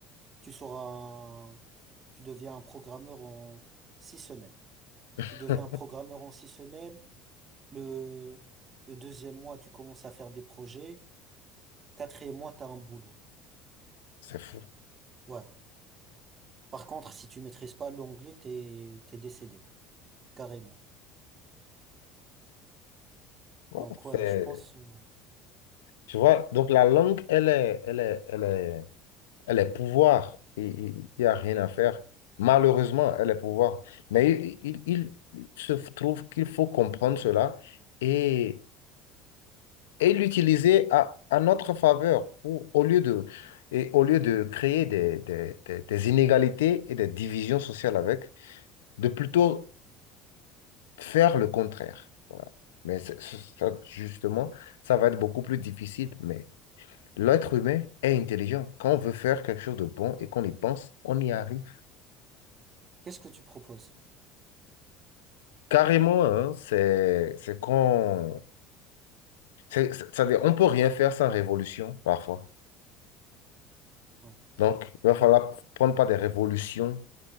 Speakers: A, on the right; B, on the left.
A: Tu seras un... Tu deviens un programmeur en six semaines.
B: <laughs>
A: Tu deviens un programmeur en six semaines. Le, le deuxième mois, tu commences à faire des projets. Quatrième mois, t'as un boulot.
B: C'est fou.
A: Ouais. Par contre, si tu maîtrises pas l'anglais, t'es, t'es décédé. Carrément.
B: Bon,
A: Donc,
B: c'est-
A: ouais, je pense, euh,
B: Tu vois, donc la langue, elle est, elle est, elle est, elle est pouvoir. Et Il n'y a rien à faire. Malheureusement, elle est pouvoir. Mais il, il- il se trouve qu'il faut comprendre cela et, et l'utiliser à, à notre faveur pour, au lieu de, et au lieu de créer des, des, des- des inégalités et des divisions sociales avec, de plutôt faire le contraire. Voilà. Mais c'est- c'est- ça, justement, ça va être beaucoup plus difficile. Mais l'être humain est intelligent. Quand on veut faire quelque chose de bon et qu'on y pense, on y arrive.
A: qu'est-ce que tu proposes?
B: Carrément, hein, c'est, c'est qu'on... c'est- c'est- ça veut dire, on peut rien faire sans révolution, parfois.
A: Ouais.
B: Donc, il va falloir prendre pas des révolutions